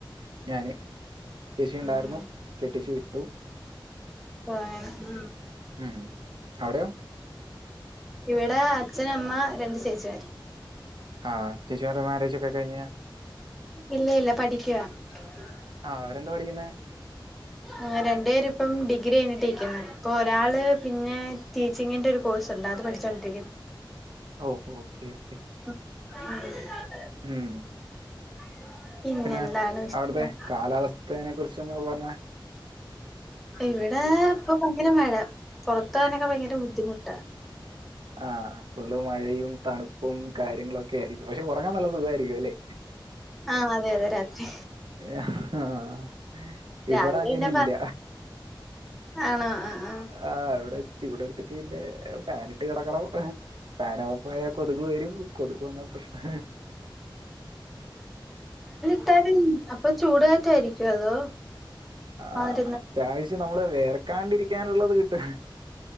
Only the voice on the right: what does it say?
ഞാന്. ചേച്ചിയുണ്ടായിരുന്നു
കെട്ടിച്ചു വിട്ടു.
ഉം അവിടെയോ?
ആഹ് ചേച്ചിമാരെ മാരേജ് ഒക്കെ കഴിഞ്ഞ്.
ആഹ് അവരെന്താ പഠിക്കുന്നെ?
ഓഹോ ഓക്കെ ഓക്കെ.
ഉം.
പിന്നെ
അവിടത്തെ കാലാവസ്ഥേനെ കുറിച്ചൊന്ന് പറഞ്ഞേ.
ആഹ് ഫുള്ള് മഴയും തണുപ്പും കാര്യങ്ങളൊക്കെ ആയിരിക്കും പക്ഷെ ഉറങ്ങാൻ നല്ല സുഖമായിരിക്കും അല്ലേ?
ആഹ്.
ഇവിടെ അങ്ങനെ
ഇല്ല.
ആഹ് അവിടെ ചൂട് എടുത്തിട്ട് പിന്നെ ഫാനിട്ട് കിടക്കണം ഫാൻ ഓഫ് ആയാ കൊതുക് തുക് വരും കൊതുക് വന്നാ പ്രശ്നാ.
ആഹ് അത്യാവശ്യം നമ്മള് വേർക്കാണ്ടിരിക്കാനുള്ളത് കിട്ടും.